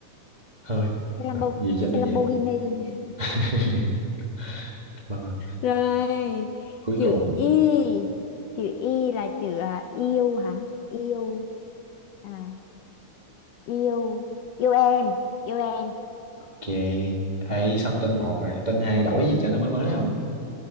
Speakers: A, on the right; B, on the left.
A: hơi
B: Cái Lambo,
A: à, gì cho
B: xe
A: nó
B: Lamborghini.
A: vậy <laughs> mà
B: Rồi,
A: cuối
B: chữ
A: cùng
B: y. Chữ y là chữ à, yêu hả? Yêu. À, yêu. Yêu em. Yêu em.
A: ok ấy xong
B: Ok.
A: tên một rồi tên hai đổi gì cho nó mới mới không